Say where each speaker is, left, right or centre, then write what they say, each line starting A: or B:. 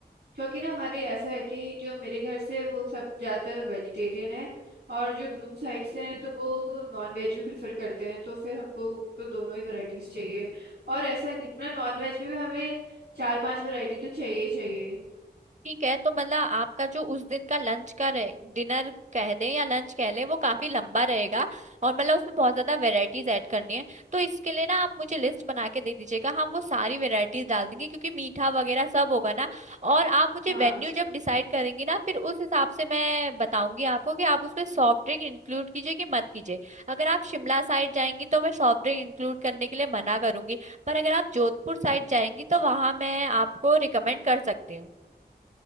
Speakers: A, on the right; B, on the right.
A: क्योंकि ना हमारे ऐसा है कि जो मेरे घर से वो सब ज्यादातर वेजिटेरियन है और जो ग्रूम साइड से हैं तो वो नॉन वेज भी प्रेफर करते हैं तो फिर हमको तो दोनों ही वैरायटीज चाहिए और ऐसा नहीं मतलब नॉन वेज में भी हमें चार पांच वैरायटी तो चाहिए ही चाहिए
B: ठीक है तो मतलब आपका जो उस दिन का लंच का रहे डिनर कह दें या लंच कह लें वो काफी लंबा रहेगा और मतलब उसमें बहुत ज्यादा वेराइटीज ऐड करनी है तो इसके लिए ना आप मुझे लिस्ट बना के दे दीजिएगा हम वो सारी वेराइटीज डाल देंगे क्योंकि मीठा वगैरह सब होगा ना और आप मुझे
A: हाँ
B: वेन्यू जब डिसाइड करेंगी ना फिर उस हिसाब से मैं बताऊंगी आपको कि आप उसमें सॉफ्ट ड्रिंक इंक्लूड कीजिए कि मत कीजिए अगर आप शिमला साइड जाएंगी तो मैं सॉफ्ट ड्रिंक इंक्लूड करने के लिए मना करूंगी पर अगर आप जोधपुर साइड जाएंगी तो वहां मैं आपको रिकमेंड कर सकती हूँ